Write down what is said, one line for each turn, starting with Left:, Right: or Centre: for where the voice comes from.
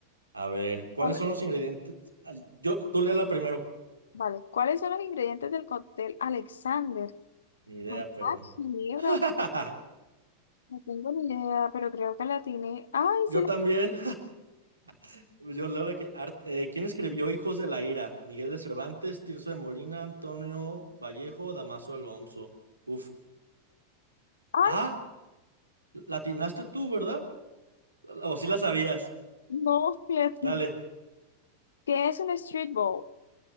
Right: A ver, ¿cuáles
Left: ¿Cuáles
Right: son
Left: son?
Right: los ingredientes? Al- Yo, tú léela primero.
Left: Vale, ¿cuáles son los ingredientes del cóctel Alexander?
Right: Ni idea,
Left: Cognac,
Right: pero.
Left: ginebra,
Right: <laughs>
Left: no tengo ni idea, pero creo que la atiné. Ay,
Right: Yo
Left: sí la
Right: también.
Left: atiné.
Right: <laughs> Yo leo la que. ar- eh, ¿quién escribió Hijos de la Ira? Miguel de Cervantes, Tirso de Molina, Antonio Vallejo, Damaso Alonso. Uf.
Left: Ay,
Right: Ah, latinaste tú, ¿verdad? O sí la sabías.
Left: no, <laughs> sí la atiné.
Right: Dale.
Left: ¿Qué es un street ball?